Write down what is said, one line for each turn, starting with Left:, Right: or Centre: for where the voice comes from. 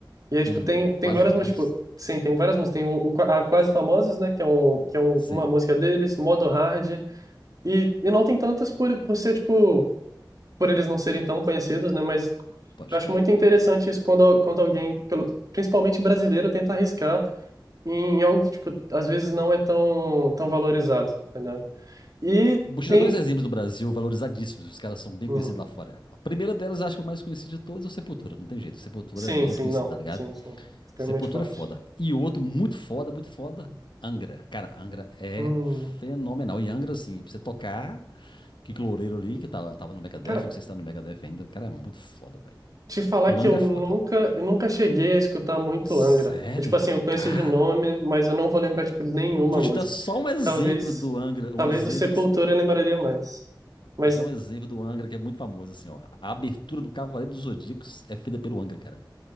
Right: E aí, tipo,
Left: Hum,
Right: tem, tem
Left: quase
Right: várias
Left: famosos?
Right: músicas. Tipo, sim, tem várias músicas. Tem o, o Qua- a Quase Famosas, né? Que é, um, que é um-
Left: Sim,
Right: uma música deles, Modo Hard. E, e não tem tantas por, por ser, tipo, por eles não serem tão conhecidos, né? Mas
Left: pode
Right: eu acho
Left: crer.
Right: muito interessante isso quando, al- quando alguém, pelo, principalmente brasileiro, tenta arriscar. em algo que, tipo, às vezes não é tão, tão valorizado, tá ligado? E
Left: Vou te
Right: tem...
Left: dar dois exemplos do Brasil valorizadíssimos, os caras são bem
Right: Uhum.
Left: conhecidos lá fora. A primeira delas, acho que é o mais conhecido de todos, é o Sepultura, não tem jeito. O Sepultura
Right: Sim,
Left: é muito
Right: sim,
Left: conhecido,
Right: não.
Left: tá ligado?
Right: Sim, sim. Extremamente
Left: Sepultura
Right: forte.
Left: é foda. E outro muito foda, muito foda, Angra. Cara, Angra é
Right: Hum.
Left: fenomenal. E Angra, assim, pra você tocar, o Kiko Loureiro ali, que tava, tava no Megadeth,
Right: Cara,
Left: não sei se tá no Megadeth ainda, o cara é muito foda, velho.
Right: te falar
Left: O
Right: que
Left: Angra
Right: eu
Left: é
Right: nunca,
Left: foda.
Right: eu nunca cheguei a escutar muito
Left: Sério?
Right: Angra. Eu, tipo assim, eu conheço
Left: Cara.
Right: de nome, mas eu não vou lembrar, tipo, nenhuma
Left: Vou
Right: música.
Left: te dar só um exemplo
Right: Talvez,
Left: do Angra,
Right: talvez
Left: um exemplo
Right: do Sepultura
Left: que
Right: eu lembraria mais. Mas,
Left: Vou te dar um exemplo do Angra que é muito famoso, assim, ó. A abertura do Cavaleiro dos Zodíacos é feita pelo Angra, cara.